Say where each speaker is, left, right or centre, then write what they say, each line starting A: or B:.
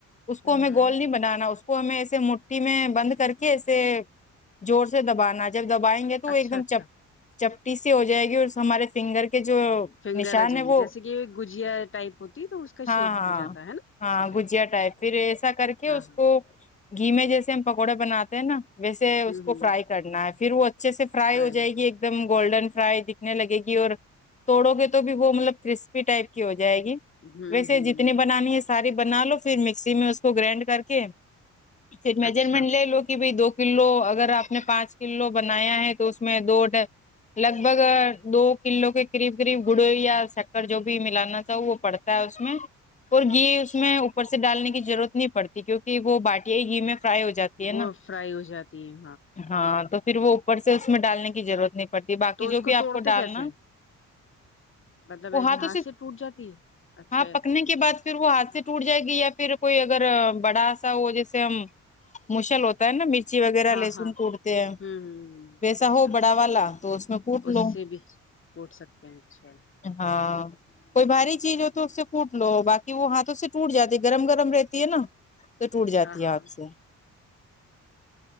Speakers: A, on the left (about 40°); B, on the left (about 25°).
A: ہوں
B: اس کو ہمیں
A: ہوں
B: گول نہیں بنانا اس کو ہمیں ایسے موٹھی میں بند کر کے ایسے ذور سے دبانا جب دبائیں گے تو وہ
A: اچھا
B: ایک دم
A: اچھا
B: چپٹی سی ہو جائے گی ہمارے فنگر کے جو
A: فنگر
B: نشان
A: آ جائیں
B: ہے
A: گے
B: وہ
A: جیسے کہ گجیا ٹائپ ہوتی ہے تو اس کا
B: ہاں
A: شیپ
B: ہاں
A: ہو جاتا ہے نا
B: ہاں
A: اسی
B: گجیا
A: کا
B: ٹائپ پھر ایسا کر کے
A: ہاں
B: اس
A: ہاں
B: کو گھی میں جیسے ہم پکوڑے بناتے ہیں نا ویسے اس
A: ہوں
B: کو
A: ہوں
B: فرائی کرنا ہے پھر وہا اچھے سے فرائی
A: رائٹ
B: ہو جائے گی ایک دم گولڈن فرائی دکھنے لگے گی اور توڑو گے تو تو وہ مطلب کرسپی ٹائپ کی ہو جائے گی
A: ہوں
B: ویسے
A: ہوں
B: جتنی بنانی ہے سارے بنا لو پھر مکسی میں اس کو گرائنڈ کر کے پھر میجرمنٹ
A: اچھا
B: لے لو کہ بھی دو کلو اگر آپ نے پانچ کلو بنایا ہے تو اس میں دو ڈ لگ بھگ دو کلو کے قریب کرریب گڑو یا شکر جو بھی ملانا چاہ وہ پڑتا ہے اس میں اور گھی
A: اچھا
B: اس میں اوپر سے سے ڈالنے کی ضرورت نہیں پڑتی کیونکہ وہ باٹیا گھی میں فرائی ہو جاتی
A: وہ
B: ہے نا
A: فرائی ہو جاتی ہے
B: ہاں تو پھر وہ
A: ٹھیک
B: اوپر سے اس میں ڈالنے کی ضرورت نہیں پٹی باقی
A: تو اس
B: جو بھی آپ
A: توڑتے
B: کو ڈالنا
A: کیسے ہیں مطلب ایسے
B: وہ ہاتھوں
A: ہاتھ
B: سے
A: ٹوٹ جاتی ہے اچھا
B: ہاں
A: اچھا
B: پکنے کے بعد
A: اچھا
B: پھر وہ ہاتھ سے ٹوٹ جائے گی یا پھر کوئی اگر بڑاسا ہو جیسے ہم مشل ہوتے تا ہے نا مرچی وغیرہ
A: ہاں
B: لہسن
A: ہاں
B: کوڑتے ہیں
A: ہوں ہ
B: ویسا
A: اچھا
B: ہو بڑا والا تو اس میں کوٹ
A: اس
B: لو
A: سے بھی کوٹ سکتے ہیں ش
B: ہاں کوئی بھاری چیز ہو تو اس سے پوٹ لو باقی وہ ہاتھوں سے ٹوٹ جاتی ہے گرم گرم رہتی ہے نا تو ٹوٹ جاتی
A: ہاں ہاں
B: ہے ہات سے